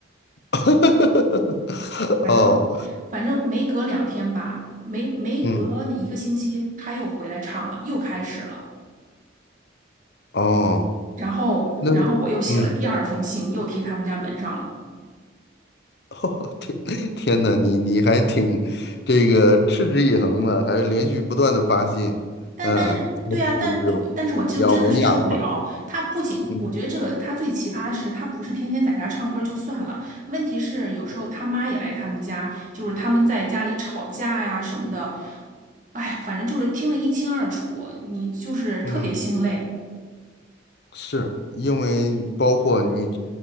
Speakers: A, on the left; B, on the right.
A: <laughs>
B: 反正反正没隔两天吧，
A: 哦，
B: 没没隔一个星期，
A: 嗯，
B: 他又回来唱了，又开始了。
A: 哦，
B: 然后然后我又写了第二封信，
A: 那，嗯。
B: 又贴他们家门上了。
A: <laughs> 天天呐，你你还挺这个持之以恒的，还连续不断的发信，
B: 但但是对啊，
A: 嗯，才是真挚
B: 但是我但是我就真的是受不了。
A: 有文雅的方式，
B: 他不仅我觉得这个他最奇葩的是，
A: 嗯
B: 他不是天天在家唱歌就算了，问题是有时候他妈也来他们家，就是他们在家里吵架呀什么的。哎呀，反正就是听得一清二楚，你就是特别心累。
A: 嗯。是因为包括你